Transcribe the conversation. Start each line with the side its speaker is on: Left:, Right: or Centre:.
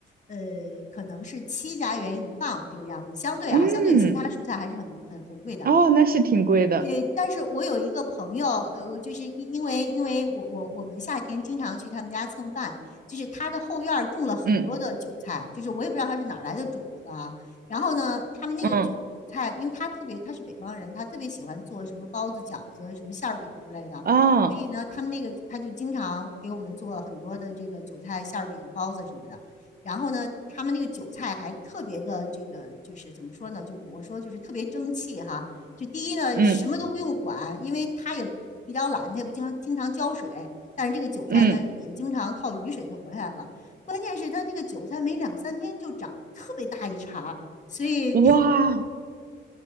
Left: 呃可能是七加元一磅这个样子，相对啊，
Right: 嗯，
Left: 相对其他蔬菜还是很很很贵的。
Right: 哦，那是挺贵的，
Left: 对，但是我有一个朋友，呃，就是因因为因为我我我们夏天经常去他们家蹭饭，就是他的后院儿种了很多的韭菜，
Right: 嗯
Left: 就是我也不知道他是哪儿来的种子啊。然后呢，他们那个韭韭菜，
Right: 嗯
Left: 因为他特别他是北方人，他特别喜欢做什么包子、饺子、什么馅儿饼之类的，
Right: 啊
Left: 所以呢，他们那个他就经常给我们做很多的这个韭菜馅儿饼、包子什么的。然后呢，他们那个韭菜还特别的这个，就是怎么说呢？就我说就是特别争气哈。就第一呢，
Right: 嗯
Left: 什么都不用管，因为它也比较懒，它也不经常经常浇水。但是这个韭菜呢，
Right: 嗯，
Left: 也经常靠雨水就活下来了。关键是它这个韭菜没两三天就长特别大一茬，所以
Right: 哇